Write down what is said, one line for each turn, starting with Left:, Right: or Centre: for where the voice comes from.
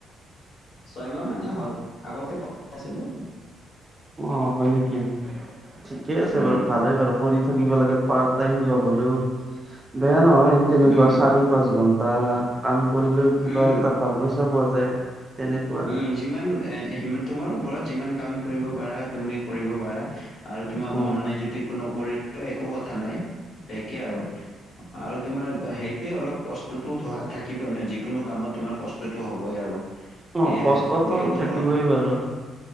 Left: ছয়মাহ মানেই হ'ল আগতে <unintelligible> আছিলোঁ।
Right: অ', হয় নেকি, ঠিকে আছে
Left: উম
Right: বাৰু, ভালেই বাৰু। কৰি থাকিব লাগে, পাৰ্ট টাইম জব হ'লেও বেয়া নহয় তেনেকুৱা
Left: উম
Right: চাৰি পাঁচ ঘন্টা কাম কৰিলেও কিবা
Left: উম
Right: এটা ভাল পইচা পোৱা যায়। তেনেকুৱা
Left: উম, যিমান এ সি তোমাৰ ওপৰত যিমান কাম কৰিব পাৰা তুমি কৰিব পাৰা আৰু তোমাক
Right: হয়
Left: মন নাই যদি নকৰি লে একো কথা নাই একে আৰু। আৰু তোমাৰ সেইটোৱে অলপ কষ্টতো থাকিবই ন, যিকোনো কামত তোমাৰ কষ্টতটো হ'বই আৰু।
Right: অ
Left: সেইয়াই
Right: কষ্টতো
Left: আৰু একো
Right: থাকিবই
Left: ধৰ
Right: বাৰু